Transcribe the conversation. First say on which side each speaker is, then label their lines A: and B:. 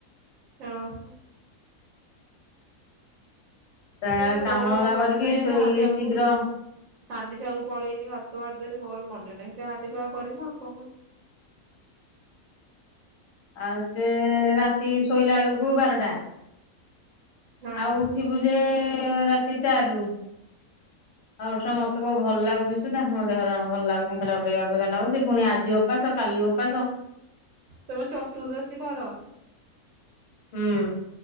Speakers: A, on the right; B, on the left.
A: ଓହୋ।
B: ତେଣେ
A: ସେ କହିଲା ମୋର
B: କାମ ଧନ୍ଦା
A: ବା ମନେ
B: କରିକି
A: ନାହିଁ ଆଜି
B: ତୁ
A: ହାଣ୍ଡିଶାଳକୁ
B: ଇଏ ଶୀଘ୍ର
A: ହାଣ୍ଡିଶାଳକୁ ପଳେଇନି ଭାତ ବାଢ଼ିଦେନି ମୋର ମନେ ନାହିଁ ସେ ହାଣ୍ଡି ପାଗ କରିବ ଆଉ କଣ କ
B: ଆଉ ସେ ରାତି ଶୋଇଲା ବେଳକୁ ବାରଟା
A: ହଁ
B: ଆଉ ଉଠିବୁ ଯେ ଏ ରାତି ଚାରି ରୁ ଆଉ ଉଠିଲେ ମତେ କୋଉ ଭଲ ଲାଗୁଛି ସୁଧା ମୋ ଦେହର ଭଲ ଲାଗୁନି ଖାଲି ଅବାଗିଆ ଅବାଗିଆ ଲାଗୁଛି ଫୁଣି ଆଜି ଓପାସ କାଲି ଓପାସ।
A: ତମେ ଚତୁର୍ଦ୍ଦଶୀ କର
B: ହୁଁ